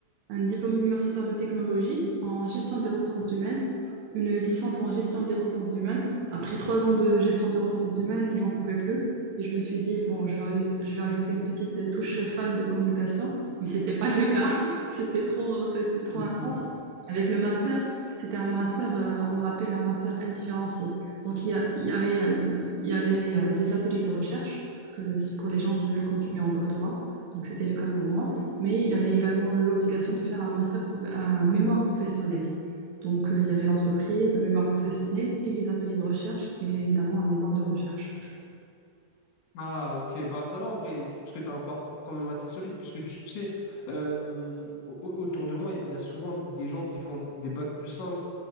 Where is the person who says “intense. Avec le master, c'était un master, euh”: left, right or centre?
Right